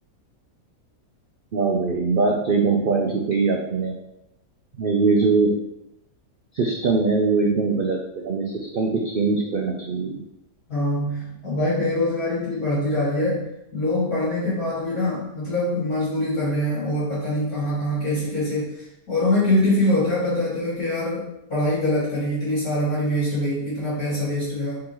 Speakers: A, on the right; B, on the left.
A: हाँ भाई बात तो एकदम पॉइंट ही कही आपने ये जो सिस्टम है वो एकदम गलत है हमें सिस्टम को चेंज करना चाहिए
B: हाँ अब भाई बेरोजगारी इतनी बढ़ती जा रही है लोग पढ़ने के बाद भी ना मतलब मजदूरी कर रहे हैं और पता नहीं कहाँ कहाँ कैसे कैसे और उन्हें गिल्टी फील होता है बताते हुए कि यार पढ़ाई गलत करी इतनी साल हमारी वेस्ट गई इतना पैसा वेस्ट गया